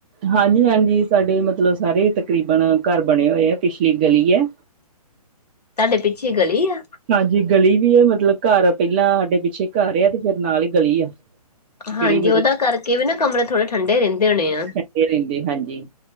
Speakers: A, on the right; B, on the left.
A: ਹਾਂਜੀ-ਹਾਂਜੀ ਸਾਡੇ ਮਤਲਬ ਸਾਰੇ ਤਕਰੀਬਨ ਘਰ ਬਣੇ ਹੋਏ ਆ ਪਿਛਲੀ ਗਲੀ ਹੈ।
B: ਤੁਹਾਡੇ ਪਿੱਛੇ ਗਲੀ ਐ।
A: ਹਾਂਜੀ ਗਲੀ ਵੀ ਆ ਮਤਲਬ ਘਰ ਪਹਿਲਾਂ ਸਾਡੇ ਪਿੱਛੇ ਘਰ ਆ ਤੇ ਫਿਰ ਨਾਲ ਹੀ ਗਲੀ ਆ।
B: ਹਾਂਜੀ
A: ਜਿਹੜੀ
B: ਉਹਦਾ ਕਰਕੇ ਵੀ ਨਾ ਕਮਰਾ ਥੋੜ੍ਹੇ। ਠੰਡੇ ਰਹਿੰਦੇ ਹੋਣੇ ਆ
A: ਮਤਲਬ ਰਹਿੰਦੇ ਹਾਂਜੀ